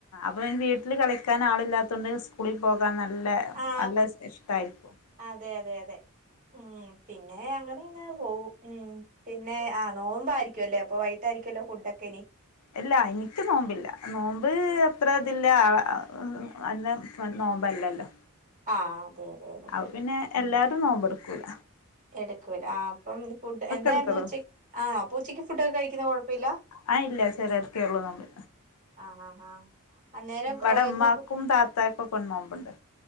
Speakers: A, on the left (about 85°); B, on the right (about 35°).
A: അപ്പോ വീട്ടിൽ കളിക്കാൻ ആളില്ലാത്തുകണ്ട് സ്കൂളിൽ പോകാൻ, നല്ല
B: ആ
A: നല്ല ഇഷ്ടായിരിക്കും
B: അതെ അതെ അതെ ഉം പിന്നെ അങ്ങനെങ്ങെ പോകും ഉ പിന്നെ ആ നോമമ്പാരിക്കും അല്ലേ അപ്പ വൈകട്ടായിരിക്കല്ലോ ഫുഡ് ഒക്കെ ഇനി?
A: ഇല്ല എനിക്ക് നോമ്പില്ല നോമ്പ് അത്ര ഇതില്ല <unintelligible> നോമ്പ് അല്ലല്ലോ
B: ആഹ് അതെ അതെ അതെ
A: ആ പിന്നെ എല്ലാരും നോമ്പടുക്കൂല
B: എടക്ക വര ആ അപ്പം ഫുഡ് എന്തായിരുന്നു
A: എടുക്കുള്ളൂ
B: ഉച്ചക്ക് ആണോ അപ്പൊ ഉച്ചയ്ക്ക് ഫുഡ്ക്കെ കഴിക്കുന്ന കുഴപ്പമില്ല
A: ആ ഇല്ല ചെലർക്കോള്ളൂ നോമ്പ്
B: ആഹ് ആഹ് ആഹ് അന്നേരം
A: ഇവടെ
B: ഓ ഒന്ന്
A: ഉമ്മാക്കും
B: ഫു
A: താത്താക്കും ഒക്കെ നോമ്പ്ണ്ട്